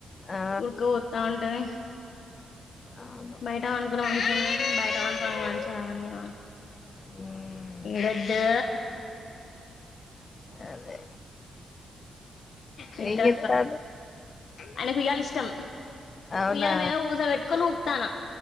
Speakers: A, on the left; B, on the left.
A: ఆ
B: ఉడకపోస్తా ఉంటది
A: అవును
B: బయట అనుకో మంచిం బయట అనుకో మంచి అవన్నీ
A: మ్మ్
B: గద్దు
A: అదే
B: నిత్రా
A: ఏం చేత్తాండు
B: అన కుాల ఇష్టం
A: అవునా
B: ఇల మద ఊస వెట్టుకొని ఊపుతాన